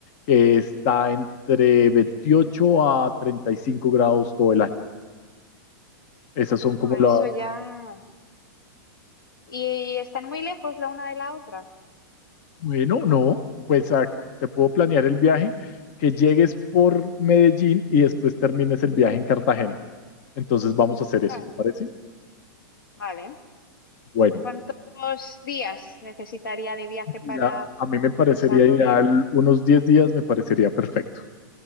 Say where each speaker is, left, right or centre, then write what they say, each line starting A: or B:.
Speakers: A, on the left; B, on the left.
A: que está entre 28 a 35 grados todo el año. Esas son como
B: bueno,
A: la...
B: eso ya. ¿Y, están muy lejos la una de la otra?
A: Bueno, no, pues ah, te puedo planear el viaje, que llegues por Medellín y después termines el viaje en Cartagena. Entonces vamos a hacer eso,
B: Claro.
A: ¿te parece?
B: Vale.
A: Bueno,
B: ¿Cuántos días necesitaría de viaje
A: mira,
B: para
A: a mí me parecería
B: aprovecharlo
A: ideal,
B: bien?
A: unos 10 días me parecería perfecto.